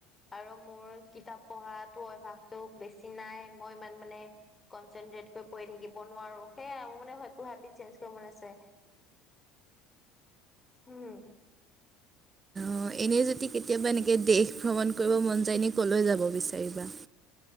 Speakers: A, on the left; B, on the right.
A: আৰু মোৰ কিতাপ পঢ়া অভ্যাসতটো বেছি নাই মই ইমান মানে কনচেনট্ৰেট কৰি পঢ়ি থাকিব নোৱাৰো সেয়া মানে হাবি চেঞ্জ কৰিব মন আছে উম
B: অ এনেই যদি কেতিয়াবা এনেকৈ দেশ ভ্ৰমণ কৰিব মন যায় এনে ক'লৈ যাব বিচাৰিবা